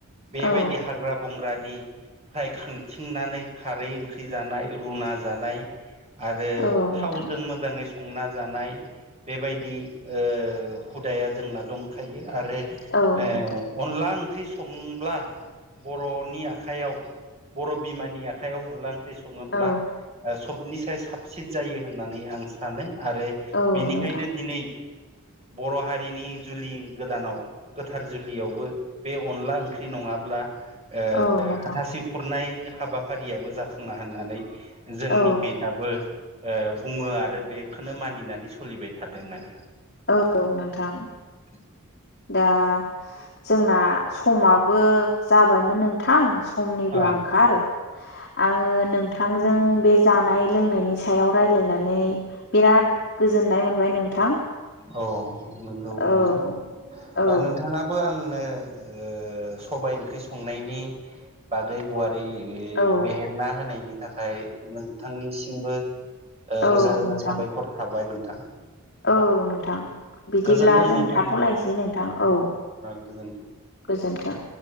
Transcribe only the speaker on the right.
बेबायदि
हाग्रा बंग्रा नि फ्राय खांथिंनानै खारै ओंख्रि जानाय रुना जानाय आरो
थावजों
मोजाङै संना जानाय बेबायदि ओ हुदाया जोंना दंखायो आरो
ओ
अनला ओंख्रि संब्ला बर'नि आखयाव बर' बिमानि आखाइायाव उनलां ओंख्रि सङोब्ला
सबनिसाय साबसिन जायो होननानै आं सानो आरो
बेनिखायनो
दिनै बर' हारिनि जुलि गोदानाव गोथार जुलियावबो बे अनला ओंख्रि नङाब्ला ओ
हाथासि खुरनाय हाबाफारियाबो जाफुंङना होननानै जोंनिखै
दाबो ओ बुङो आरो बेखौनो मानिनानै सोलिबाय थादों आरो
<inaudible>
<inaudible>
ओ
अ नंगौ
नोंथां
आ नोंथाङाबो आंनो ओ सबाय ओंख्रि संनायनि बागै गुवा रै
बेहेरना होनायनि थाखाय नोंथांनिसिमबो ओ
रोजा रोजा
साबायखर थाबाय नोंथां
गोजोन्थों
नोंथां
होमबा ओ
गोजोन्थों